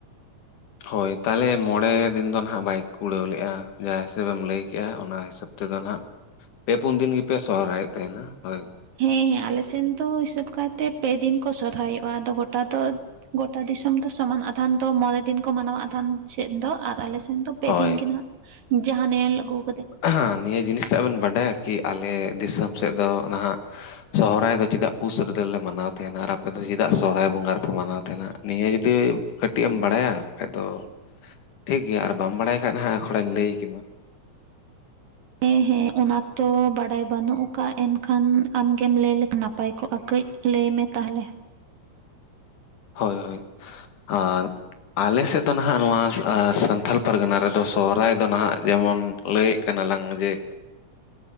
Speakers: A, on the left; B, on the right.
A: ᱦᱳᱭ ᱛᱟᱦᱚᱞᱮ ᱢᱚᱬᱮ ᱫᱤᱱ ᱫᱚ ᱱᱟᱦᱟᱜ ᱵᱟᱭ ᱠᱩᱲᱟᱹᱣ ᱞᱮᱜᱼᱟ ᱡᱟᱦᱟᱸ ᱦᱤᱥᱟᱹᱵᱮᱢ ᱞᱟᱹᱭ ᱠᱮᱜᱼᱟ ᱚᱱᱟ ᱦᱤᱥᱟᱹᱵ ᱛᱮᱫᱚ ᱱᱟᱦᱟᱜ ᱯᱮ ᱯᱩᱱ ᱫᱤᱱ ᱜᱮᱯᱮ ᱥᱚᱦᱚᱨᱟᱭᱚᱜ ᱛᱟᱦᱮᱱᱟ ᱦᱳᱭ
B: ᱦᱮᱸ ᱦᱮᱸ ᱟᱞᱮᱥᱮᱱ ᱫᱚ ᱦᱤᱥᱟᱹᱵ ᱠᱟᱭᱛᱮ ᱯᱮ ᱫᱤᱱ ᱠᱚ ᱥᱚᱨᱦᱟᱭ ᱦᱩᱭᱩᱜᱼᱟ ᱟᱫᱚ ᱜᱚᱴᱟ ᱫᱚ ᱜᱚᱴᱟ ᱫᱤᱥᱚᱢ ᱫᱚ ᱥᱚᱢᱟᱱ ᱟᱫᱷᱟᱱ ᱫᱚ ᱢᱚᱬᱮ ᱫᱤᱱ ᱠᱚ ᱢᱟᱱᱟᱣᱟ ᱟᱫᱷᱟᱱ ᱥᱮᱫ ᱫᱚ ᱟᱨ ᱟᱞᱮᱥᱮᱫ ᱫᱚ ᱯᱮ
A: ᱦᱳᱭ
B: ᱫᱤᱱ ᱜᱮ ᱱᱟᱦᱟᱜ ᱡᱟᱦᱟᱸ ᱱᱮᱞ ᱟᱹᱜᱩ ᱠᱟ. ᱫᱟ. ᱧ
A: ᱦᱮ ᱱᱤᱭᱟᱹ ᱡᱤᱱᱤᱥ ᱴᱟᱜ ᱵᱤᱱ ᱵᱟᱰᱟᱭᱟ ᱠᱤ ᱟᱞᱮ ᱫᱤᱥᱚᱢ ᱥᱮᱫ ᱫᱚ ᱱᱟᱦᱟᱜ ᱥᱚᱦᱚᱨᱟᱭ ᱫᱚ ᱪᱮᱫᱟᱜ ᱯᱩᱥ ᱨᱮᱫᱚᱞᱮ ᱢᱟᱱᱟᱣ ᱛᱟᱦᱮᱱᱟ ᱟᱨ ᱟᱯᱮ ᱫᱚ ᱪᱮᱫᱟᱜ ᱥᱚᱦᱚᱨᱟᱭ ᱵᱚᱸᱜᱟ ᱨᱮᱯᱮ ᱢᱟᱱᱟᱣ ᱛᱟᱦᱮᱱᱟ ᱱᱤᱭᱟᱹ ᱡᱩᱚᱫᱤ ᱠᱟᱹᱴᱤᱡ ᱮᱢ ᱵᱟᱲᱟᱭᱟ ᱠᱷᱟᱡ ᱫᱚ ᱴᱷᱤᱠᱜᱮᱭᱟ ᱟᱨ ᱵᱟᱢ ᱵᱟᱲᱟᱭ ᱠᱷᱟᱡ ᱦᱟᱸᱜ ᱠᱷᱚᱲᱟᱧ ᱞᱟᱹᱭ ᱠᱮᱢᱟ
B: ᱦᱮᱸ ᱦᱮᱸ ᱚᱱᱟ ᱛᱚ ᱵᱟᱰᱟᱭ ᱵᱟᱹᱱᱩᱜ ᱠᱟᱫ ᱮᱱᱠᱷᱟᱱ ᱟᱢ ᱜᱮᱢ ᱞᱟᱹᱭ ᱞᱮᱠᱷᱟᱱ ᱱᱟᱯᱟᱭ ᱠᱚᱜᱼᱟ ᱠᱟᱹᱡ ᱞᱟᱹᱭ ᱢᱮ ᱛᱟᱦᱚᱞᱮ
A: ᱦᱳᱭ ᱦᱳᱭ ᱟᱫ ᱟᱞᱮ ᱥᱮᱫ ᱫᱚ ᱱᱟᱦᱟᱜ ᱱᱚᱣᱟ ᱥᱟᱱᱛᱟᱞ ᱯᱟᱨᱜᱟᱱᱟ ᱨᱮᱫᱚ ᱥᱚᱦᱚᱨᱟᱭ ᱫᱚ ᱱᱟᱦᱟᱜ ᱡᱮᱢᱚᱱ ᱞᱟᱹᱭ ᱠᱟᱱᱟ ᱞᱟᱝ ᱡᱮ